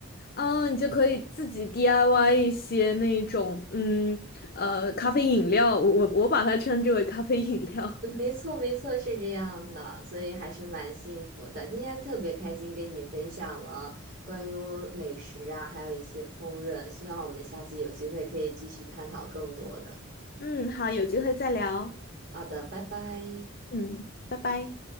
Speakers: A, on the left; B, on the right.
A: 嗯，你就可以自己 DIY 一些那种嗯呃咖啡饮料，我我我把它称之为咖啡饮料。
B: <laughs> 没错，没错，是这样的，所以还是蛮幸福的。今天特别开心跟你分享了关于美食啊，还有一些烹饪，希望我们下次有机会可以继续探讨更多的。
A: 嗯，好，有机会再聊。
B: 好的，拜拜。
A: 嗯，拜拜。